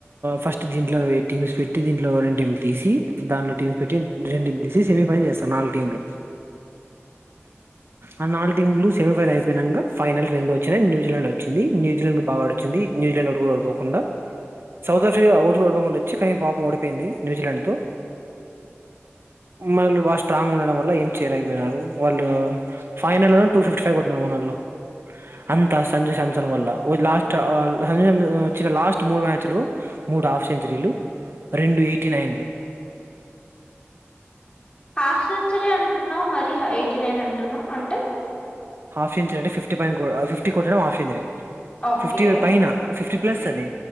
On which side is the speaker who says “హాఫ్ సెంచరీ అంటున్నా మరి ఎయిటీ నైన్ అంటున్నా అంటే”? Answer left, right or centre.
Left